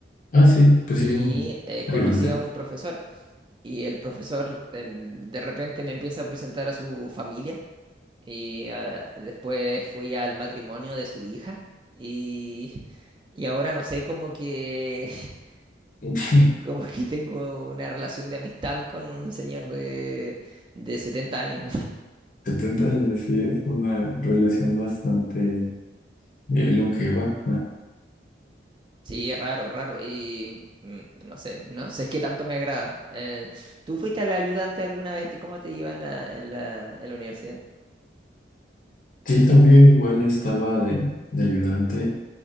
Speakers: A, on the left (about 45°); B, on the right (about 25°).
A: Ah, sí, pues
B: Y
A: sí, un
B: eh,
A: ayudante.
B: conocí a un profesor y el profesor en- de repente me empieza a presentar a su familia y ah, después fui al matrimonio de su hija y, y ahora no sé, como que, <laughs>
A: <laughs>
B: como que tengo una relación de amistad con un señor de, de 70 años.
A: setenta años, sí, es una relación bastante eh, longeva.
B: Sí, es raro, es raro. Y mm, no sé, no sé qué tanto me agrada. Eh, ¿tú fuiste al ayudante alguna vez? ¿Te- ¿Cómo te iba en la, en la, en la universidad?
A: Sí, también igual estaba de, de ayudante.